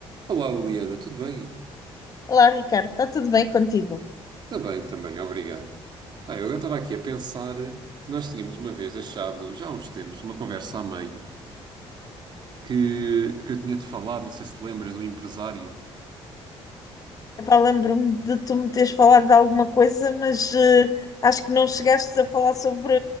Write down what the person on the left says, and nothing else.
Olá, Ricardo, está tudo bem contigo?
Epá, lembro-me de tu me teres falado de alguma coisa, mas eh, acho que não chegaste a falar sobre